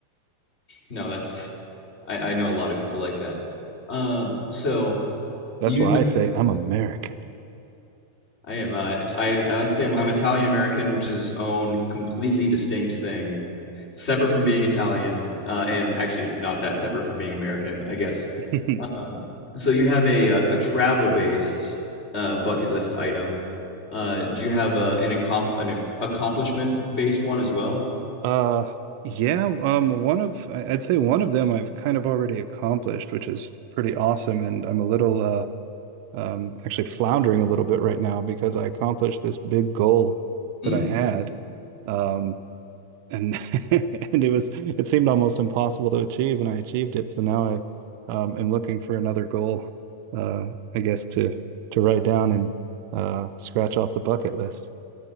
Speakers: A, on the left; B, on the right.
A: no, that's I, I know a lot of people like that. Um, so
B: That's
A: you,
B: why I say I'm American.
A: I am uh, I I like to say I'm, I'm Italian American, which is its own completely distinct thing, separate from being Italian, uh, and actually not that separate from being American, I guess.
B: <laughs>
A: Um, so you have a uh, a travel based uh, bucket list item. Uh, do you have uh, an accom an accomplishment based one as well?
B: Uh yeah, um one of I- would say one of them I've kind of already accomplished, which is pretty awesome. And I'm a little uh um actually floundering a little bit right now because I accomplished this big goal
A: Mm.
B: that I had. Um and <laughs> and it was it seemed almost impossible to achieve and I achieved it so now I um, am looking for another goal uh I guess to to write down and uh scratch off the bucket list